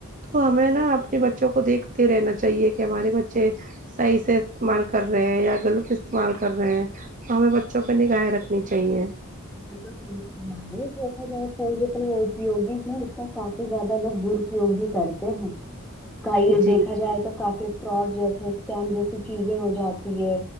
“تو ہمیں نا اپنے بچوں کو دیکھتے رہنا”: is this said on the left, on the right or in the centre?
Right